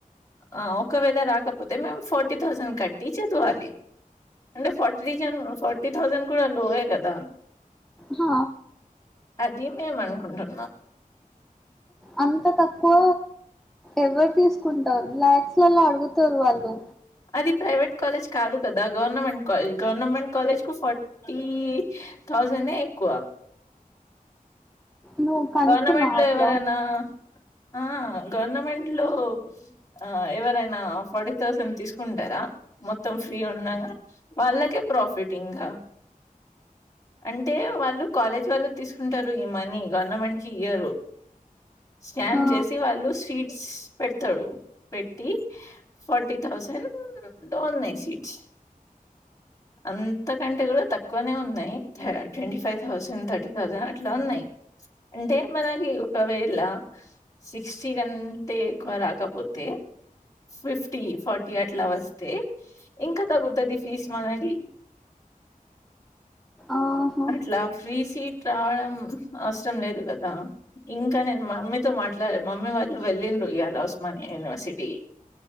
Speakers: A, on the left (about 25°); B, in the centre.
A: ఆ ఒకవేళ రాకపోతే మేము ఫార్టీ థౌజండ్ కట్టి చదవాలి. అంటే ఫార్టి రిజన్ ఫార్టీ థౌజండ్ కూడ లోయే కదా
B: హ
A: అది మేమనుకుంటున్నం
B: అంత తక్కువ ఎవరు తీసుకుంటారు ల్యాక్స్ లల్ల అడుగుతరూ వాళ్ళు
A: అది ప్రైవేట్ కాలేజ్ కాదు కదా గవర్నమెంట్ కాలేజ్ గవర్నమెంట్ కాలేజ్ కు ఫార్టీ ఇ థౌజండె ఎక్కువ
B: నువ్వు కనుక్కున్నావు
A: గవర్నమెంట్ లో
B: అట్లా
A: ఎవరైనా ఆ గవర్నమెంట్ లో ఆ ఎవరైనా ఫార్టీ థౌసండ్ తీసుకుంటారా. మొత్తం ఫ్రీ ఉన్నంగ వాళ్ళకే ప్రాఫిట్ ఇంగా అంటే వాళ్ళు కాలేజ్ వాళ్ళు తీసుకుంటరు. ఈ మనీ గవర్నమెంట్ కి ఇయ్యరు. స్కామ్
B: హా,
A: చేసి వాళ్ళు స్వీట్స్ పెడతాడు. పెట్టి ఫార్టీ థౌ థౌసండ్ టొ ఉన్నయ్ సిట్స్ అంతకంటే గూడా తక్కువనే ఉన్నయ్. థ్ twenty five thousand thirty thousand అట్లా ఉన్నయ్. అంటే మనకి ఒకవేళ సిక్స్టీ కంటే ఎక్కువ రాకపోతే ఫిఫ్టీ ఫార్టీ అట్లా వస్తే ఇంకా తగ్గుతది ఫీజ్ మనకి
B: ఆహా,
A: అట్లాప్ ఫ్రీ సీట్ రావడం అవసరం లేదు గదా ఇంకా నేను మమ్మీతొ మాట్లాలె మమ్మీ వాళ్ వాళ్ళు వెళ్ళిన్రు ఇయాల ఉస్మానియా యూనివర్సిటీ